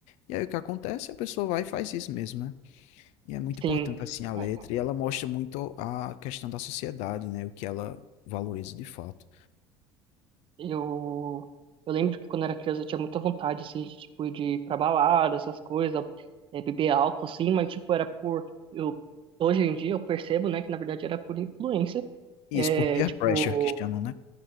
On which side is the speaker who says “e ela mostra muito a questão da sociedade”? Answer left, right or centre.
Left